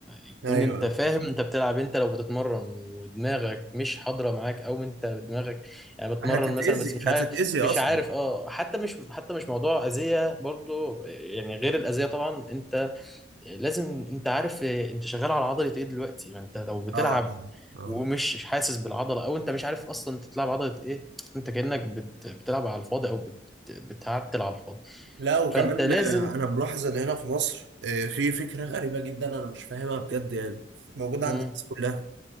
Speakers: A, in the centre; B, on the right (about 80°).
A: يكون
B: ايوه
A: أنت فاهم أنت بتلعب إيه، أنت لو بتتمرن ودماغك مش حاضرة معاك أو أنت دماغك يعني بتمرن
B: هتتأذي
A: مثلا بس مش عارف
B: هتتأذي
A: مش
B: اصلا
A: عارف أه حتى مش حتى مش موضوع أذية برضو يعني غير الأذية طبعا أنت يعني لازم انت عارف اه، انت شغال على عضله ايه دلوقتي ما انت لو بتلعب
B: اه اه
A: ومش حاسس بالعضله او انت مش عارف اصلا انت بتلعب عضله ايه انت كانك بت... بتلعب على الفاضي او بت... بتعتل على الفاضي
B: لا وكمان
A: فانت لازم
B: آه، انا ملاحظ ان هنا في مصر آه، في فكره غريبه جدا انا مش فاهمها بجد يعني موجوده
A: مم.
B: عند الناس كلها